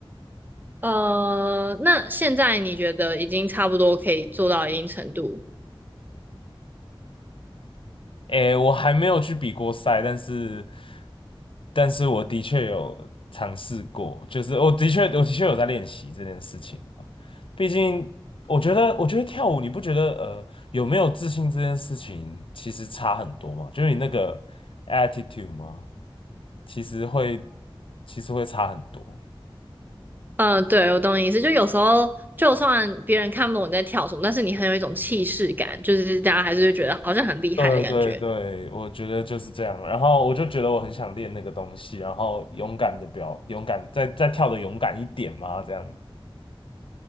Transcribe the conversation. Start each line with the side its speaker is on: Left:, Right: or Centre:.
Right: 呃，那现在你觉得已经差不多可以做到一定程度？
Left: 诶，我还没有去比过赛，但是，但是我的确有尝试过，就是我的确，我的确有在练习这件事情啊。毕竟，我觉得，我觉得跳舞，你不觉得呃，有没有自信这件事情其实差很多嘛？就是你那个 attitude 吗？其实会，其实会差很多。
Right: 嗯、呃对，我懂你意思。就有时候，就算别人看不懂你在跳什么，但是你很有一种气势感，就是大家还是会觉得好像很厉害的感觉。
Left: 对对对，我觉得就是这样。然后我就觉得我很想练那个东西，然后勇敢的表，勇敢，再再跳的勇敢一点嘛，这样。